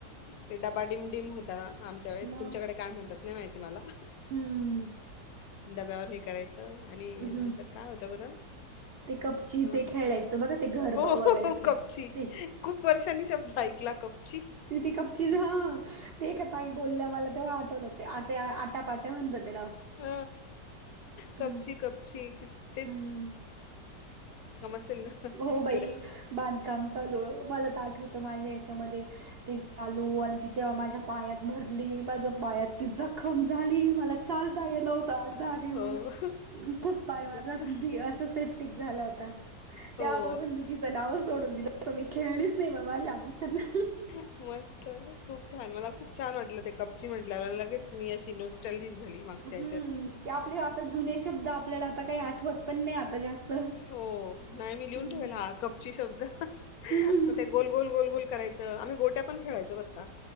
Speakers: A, on the left (about 70°); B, on the right (about 75°).
A: ते डबा डीमडीम होता आमच्या वेळे
B: मग
A: तुमच्याकडे काय म्हणतात नाही माहिती मला
B: हम्म
A: डब्यावर हे करायचं आणि
B: हम्म
A: नंतर काय होतं बरं
B: ते कपची
A: हा
B: ते खेळायचं बघा ते घर
A: हो
B: वगैरे
A: हो
B: पण
A: कपची
B: ते
A: खूप वर्षांनी शब्द ऐकला कपची
B: ती कपची ह ते का ताई बोलण्या मला तेव्हा आठवलं. ते आता आटा पाट्या म्हणता त्याला हम्म.
A: ह कपची कपची क
B: हम्म
A: असेल ना
B: हो
A: तिकडे
B: बाई बांधकाम चालू मला तर आठवत माझ्या ह्याच्यामध्ये ते चालू आणि तिच्या माझ्या पायात भरली माझ पायात ती जखम झाली मला चालता येत नव्हत आठ, दहा दिवस
A: हो
B: खूप पाय माझा
A: लक-
B: बी अस सेफ्टिक झालं होता तेव्हापासून
A: हो
B: मी तिचं नावच जोडून दिलं त मी खेळलीच नाही बा माझ्या आयुष्याना
A: मस्त खूप छान मला खूप छान वाटलं ते कपची म्हटल्यावर लगेच मी अशी नोस्टल लिप झाली मागच्या
B: हम्म
A: ह्याच्यात.
B: ते आपले आता जुने शब्द आपल्याला आता काही आठवत पण नाही आता जास्त
A: हो नाही मी लिहून
B: हम्म
A: ठेवायला ह कपची शब्द
B: हम्म
A: मग ते गोल, गोल, गोल गोल करायचं आम्ही गोट्या पण खेळायच बर का